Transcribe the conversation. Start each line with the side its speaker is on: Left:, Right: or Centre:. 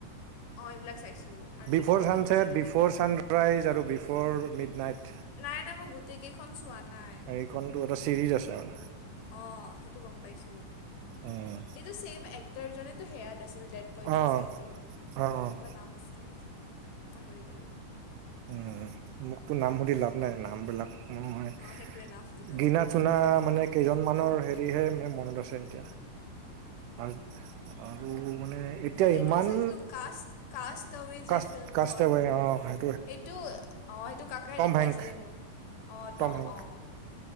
Left: এইবিলাক চাইছোঁ আৰু
Right: বিফৰ
Left: যদি কিবা
Right: চানচট,
Left: পাহৰিছোঁ নাজানো
Right: বিফ চান প্ৰাইজ আৰু বিফ'ৰ মিড নাইট।
Left: নাই, নাই মই গ গোটেই কেইখন চোৱা নাই,
Right: এইখনতো এটা চিৰিজ আছে মানে।
Left: অ, সেইটো গম পাইছো।
Right: উম।
Left: এইটো চছেম এক্টাৰজনেতো সেয়াত আছিল দেট পৰ্ট, ছচাইটিত
Right: অ', অ',
Left: কিবা নাম আছিলে পাহৰি গ'লোঁ।
Right: উম, মোকতো নাম সুধি লাভ নাই, নামবিলাক অ', হয়,
Left: সেইটোৱে নামটো নাজানো
Right: গিনা চুনা মানে কেইজনৰ মানুৰ হেৰিহে মানে মনত আছে এতিয়া। আৰ আৰু মানে এতিয়া ইমান
Left: এইটোও চাইছিলো কাষ্ট কাষ্ট আৱে যে
Right: কষ্ট
Left: ফিল্মখন
Right: কষ্ট হয় অ' হয়।
Left: সেইটো অ' সেইটো কাকাই দেখাইছিলে
Right: হেংক,
Left: মোক অ'
Right: টম
Left: ত
Right: হেংক
Left: অ'।